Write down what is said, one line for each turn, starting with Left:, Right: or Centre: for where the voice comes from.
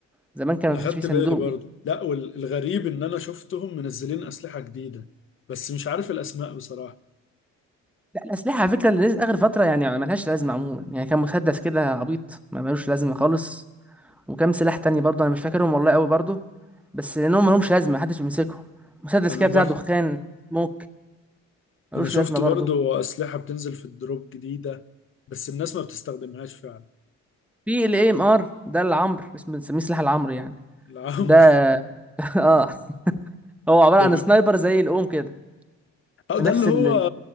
Centre: زمان كان
Left: أنا
Centre: ما كانش
Left: خدت
Centre: فيه صندوق
Left: بالي برضو لا والغريب إن أنا شفتهم منزلين أسلحة جديدة بس مش عارف الأسماء بصراحة
Centre: لا الأسلحة على فكرة اللي آخر فترة يعني ملهاش لازمة عموما يعني كان مسدس كده عبيط ما ملوش لازمة خالص وكام سلاح تاني برضه أنا مش فاكرهم والله أوي برضه بس لأنهم ملهمش لازمة محدش بيمسكهم مسدس
Left: أنا
Centre: كده
Left: بر
Centre: بتاع دخان موك ملوش
Left: أنا شفت
Centre: لازمة برضه
Left: برضو أسلحة بتنزل في الدروب جديدة بس الناس ما بتستخدمهاش فعلا
Centre: في ال AMR ده العمر اسمه بنسميه سلاح العمر يعني
Left: العمر
Centre: ده <laughs> اه هو عبارة
Left: <laughs> ده,
Centre: عن
Left: ب...
Centre: سنايبر زي الأوم كده
Left: آه،
Centre: في
Left: ده
Centre: نفس
Left: اللي هو
Centre: ال